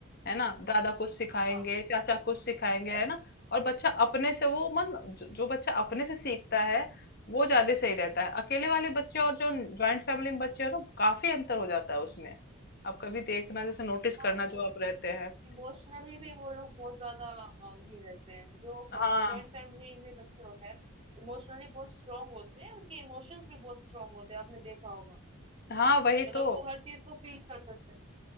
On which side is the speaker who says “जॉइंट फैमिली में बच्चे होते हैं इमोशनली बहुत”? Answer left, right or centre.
Right